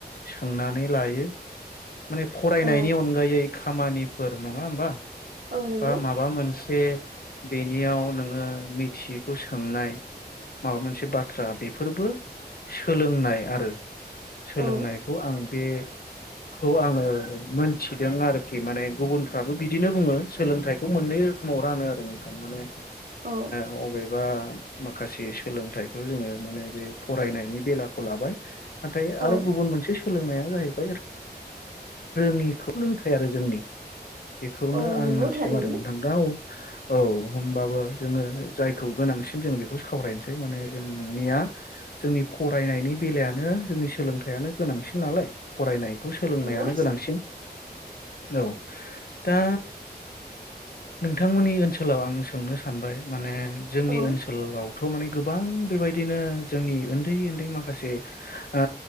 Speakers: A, on the left (about 60°); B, on the right (about 50°).
A: सोंनानै लायो माने फरायनायनि
B: औ
A: अनगायै खामानिफोर नङा होमबा
B: औ नंगौ
A: बा माबा मोनसे बे बेनियाव नोङो मिथियैखौ सोंनाय माबा मोनसे बाथ्रा बेफोरबो सोलोंनाय आरो सोलोंनायखौ
B: औ
A: आं बेखौ आङो मोनथिदों आरोखि माने गुबुनफ्राबो बिदिनो बुङो । सोलोंथाइखौ मोननै रोखोमाव रानो आरो नोंथां माने
B: औ
A: ओ अबेबा माखासे सोलोंथाइखौ जोङो माने बे फरायनायनि बेलाखौ लाबाय नाथाय
B: औ
A: आरो गुबुन मोनसे सोलोंनाया जाहैबाय रोङिखौ लोंथाय आरो जोंनि बेखौनो
B: औ
A: आं
B: नंगौ
A: मोनथिदों
B: थारैनो
A: आरो नोंथां दा औ होमबाबो जोङो जायखौ गोनांसिन जों बेखौ सावरायनोसै माने जों नुनाया जोंनि फरायनायनि बेलायानो जोंनि सोलोंथाइयानो गोनांसिन नालाय फरायनाय । बेखौ सोलोंनायानो
B: नंगौ
A: गोनांसिन औ दा नोंथांमोननि ओनसोलाव आं सोंनो सानबाय माने जोंनि
B: औ
A: ओनसोलावथ' माने गोबां बेबायदिनो जोंनि उन्दै उन्दै माखासे ओ